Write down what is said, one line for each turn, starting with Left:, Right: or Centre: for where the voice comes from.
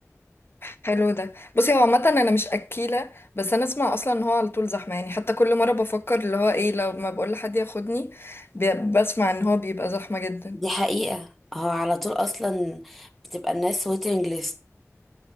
Left: حلو ده بصي هو عامة انا مش اكيلة بس انا اسمع اصلا ان هو على طول زحمة يعني حتى كل مرة بفكر اللي هو ايه لو ما بقول لحد ياخدني بي- بسمع ان هو بيبقى زحمة جدا
Centre: دي حقيقة هو على طول اصلا بتبقى الناس ويتنج ليست